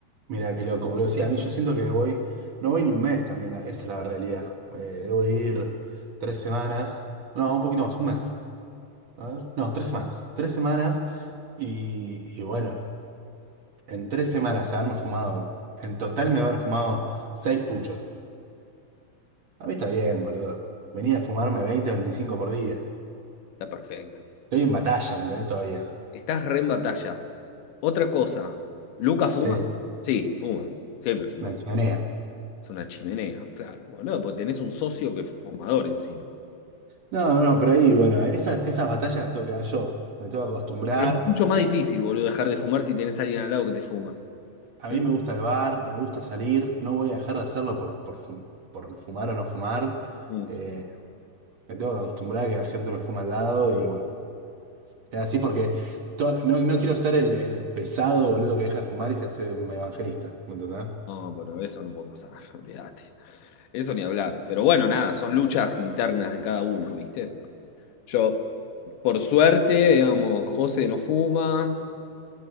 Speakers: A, on the right (about 60°); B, on the left (about 85°).
A: Mira, qué loco, boludo. Sí, a mí yo siento que voy, no voy ni un mes también, la- esa es la realidad. Eh, debo ir tres semanas, no, un poquito más, un mes. A ver, no, tres semanas. Tres semanas y, y bueno, en tres semanas haberme fumado, en total me haber fumado seis puchos. A mí está bien, boludo. Venía a fumarme 20 o 25 por día.
B: Está perfecto.
A: Estoy en batalla, ¿me entendés todavía?
B: Estás re en batalla. Otra cosa, ¿Luca
A: Sí,
B: fuma? Sí, fuma, siempre fumó.
A: me accionea.
B: Es una chimenea, claro, boludo, porque tenés un socio que es fumador encima.
A: No, no, pero ahí, bueno, esas, esas batallas las tengo que dar yo. Me tengo que acostumbrar.
B: Pero es mucho más difícil, boludo, dejar de fumar si tenés a alguien al lado que te fuma.
A: A
B: Eh,
A: mí me gusta el bar, me gusta salir, no voy a dejar de hacerlo por, por, fu- por fumar o no fumar.
B: mm,
A: eh, me tengo que acostumbrar a que la gente me fuma al lado y bueno, es así porque to- no, no quiero ser el, el pesado boludo que deja de fumar y se hace un evangelista, ¿me entendés?
B: No, pero eso no puede pasar, <laughs> olvídate. Eso ni hablar. Pero bueno, nada, son luchas internas de cada uno, ¿viste? Yo, por suerte, digamos, José no fuma,